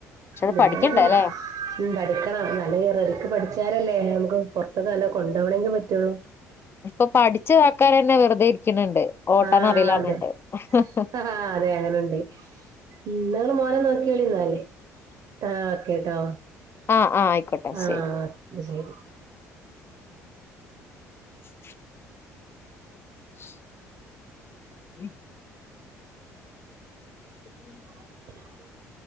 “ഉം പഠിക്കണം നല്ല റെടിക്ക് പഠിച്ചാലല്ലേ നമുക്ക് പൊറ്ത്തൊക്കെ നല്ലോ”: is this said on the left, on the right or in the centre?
Right